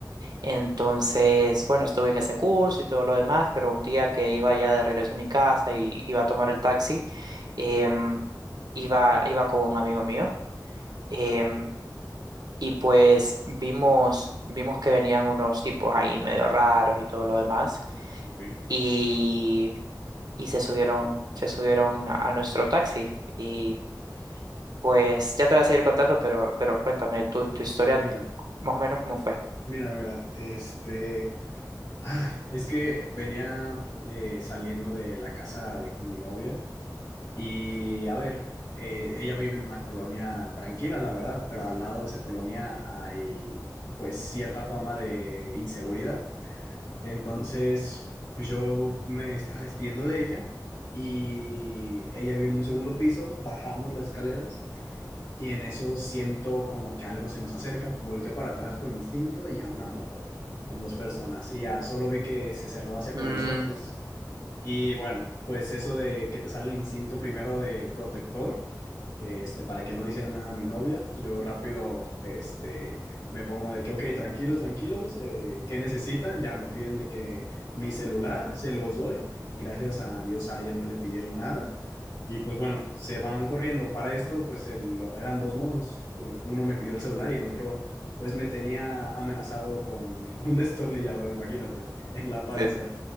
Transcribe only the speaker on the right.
Entonces, bueno, estuve en ese curso y todo lo demás, pero un día que iba ya de regreso a mi casa y iba a tomar el taxi, em, iba, iba con un amigo mío. em, y pues vimos, vimos que venían unos tipos ahí medio raros y todo lo demás.
Y, y se subieron, se subieron a, a nuestro taxi. Y pues ya te voy a seguir contando, pero, pero cuéntame tu, tu historia,
más o menos cómo fue.
Mm,
Sí.